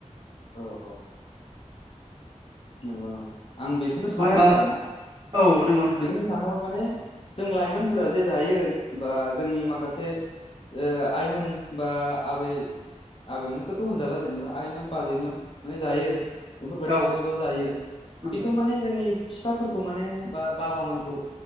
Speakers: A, on the left (about 45°); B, on the right (about 40°).
A: औ औ नंगौ नंगौ आं बेखौनो सानोमोन
B: मानो
A: आरो ना
B: औ नंगौ नोंथां
A: बेखौ सानांगौ माने जों लाइमोनफोरा जे जायो बा जोंनि माखासे ओ आइमोन बा आबै आबैमोन बेखौथ' होनजाला जेनेबा आइमोन बाजैमोन माने जायो बेफोरबायदि
B: औ
A: ज' ज' ज जायो
B: नंगौ
A: खिन्थु माने जोंनि बिफाफोरखौ माने बा बाबामोनखौ